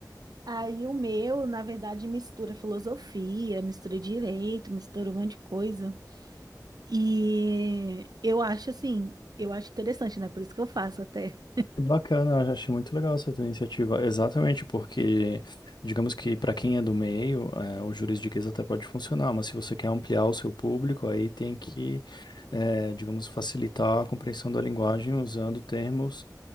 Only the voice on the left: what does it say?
Que bacana, eu achei muito legal essa tua iniciativa. Exatamente, porque digamos que para quem é do meio, eh, o juridiquês até pode funcionar, mas se você quer ampliar o seu público, aí tem que, eh, digamos, facilitar a compreensão da linguagem usando termos,